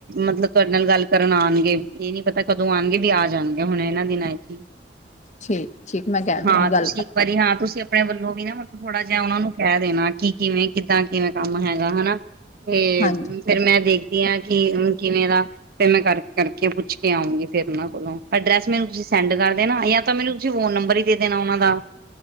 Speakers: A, on the right (about 55°); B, on the left (about 40°).
A: ਮਤਲਬ ਤੁਹਾਡੇ ਨਾਲ ਗੱਲ ਕਰਨ ਆਉਣਗੇ ਇਹ ਨੀ ਪਤਾ ਕਦੋਂ ਆਉਣਗੇ ਵੀ ਆ ਜਾਣਗੇ ਹੁਣ ਇਹਨਾਂ ਦਿਨਾਂ ਚ ਈ।
B: ਠੀਕ ਠੀਕ ਮੈਂ ਕਹਿ
A: ਹਾਂ
B: ਦੂੰਗੀ ਗੱਲ
A: ਤੁਸੀਂ
B: ਕਰ
A: ਇੱਕ ਵਾਰੀ ਹਾਂ ਤੁਸੀਂ ਆਪਣੇ ਵੱਲੋਂ ਵੀ ਨਾ ਮਤਲਬ ਥੋੜਾ ਜਿਹਾ ਉਹਨਾ ਨੂੰ ਕਹਿ ਦੇਣਾ। ਕੀ ਕਿਵੇਂ ਕਿੱਦਾਂ ਕਿਵੇਂ ਕੰਮ ਹੈਗਾ ਹੈਨਾ ਤੇ
B: ਹਾਂਜੀ
A: ਫੇਿਮਰ ਮੈਂ ਦੇਖਦੀ ਹਾਂ ਕਿ ਹੁਨ ਕਿਵੇਂ ਦਾ ਪਹਿਲਾਂ ਕਰ ਕਰਕੇ ਪੁੱਛ ਕੇ ਆਉਂਗੀ ਫੇਰ ਉਹਨਾਂ ਕੋਲੋਂ ਐਡਰੈਸ ਮੈਨੂੰ ਤੁਸੀਂ ਸੈਂਡ ਹੈਨਾ ਜਾਂ ਤਾਂ ਮੈਨੂੰ ਤੁਸੀਂ ਫੋਨ ਨੰਬਰ ਹੀ ਦੇ ਦੇਣਾ ਉਹਨਾਂ ਦਾ,